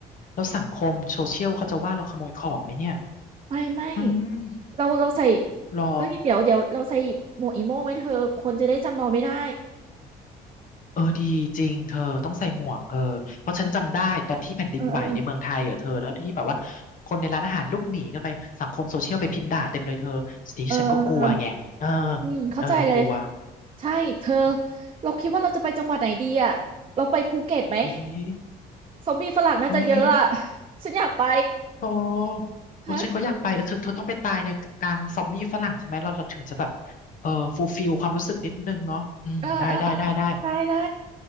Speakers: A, on the left (about 50°); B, on the right (about 35°).
A: แล้วสังคมโซเชียลเขาจะว่าเราขโมยของไหมเนี่ย
B: ไม่ไม่
A: อืม
B: เราเราใส่
A: รอ
B: เอ้ยเดี๋ยวเดี๋ยวเราใส่หมวกอีโม่งไว้เธอคนจะได้จำเราไม่ได้
A: เออดีจริงเธอต้องใส่หมวกเออเพราะฉันจำได้ตอนที่แผ่นดินไหวในเมืองไทยอ่ะเธอแล้วที่แบบว่า
B: เออเออ
A: คนในร้านอาหารลุกหนีกันไปสังคมโซเชียลไปพิมพ์ด่าเต็มเลยเธอสิ่ที่ฉันก็กลัวไงเออ
B: เออเออเอออืมเข้าใจเลย
A: เออกลัว
B: ใช่เธอ
A: อืม
B: เราคิดว่าเราจะไปจังหวัดไหนดีอ่ะเราไปภูเก็ตไหม
A: อุ๊ย
B: ซอมบี้ฝรั่งน่าจะเยอะอ่ะ
A: อุ๊ย
B: ฉันอยากไป
A: โธโอ้ฉันก็อยากไปเเธอเธอต้องไปตายในกลางซอมบี้ฝรั่งใช่ไหมเราเราถึงจะแบบ
B: ฮะ
A: เออฟูลฟิลความรู้สึกนิดนึงเนาะอืมได้ได้ได้ได้
B: เออเออเออได้ได้